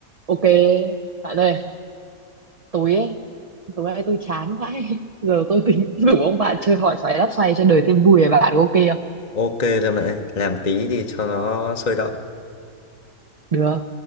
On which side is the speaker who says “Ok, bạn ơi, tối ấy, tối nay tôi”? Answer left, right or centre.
Right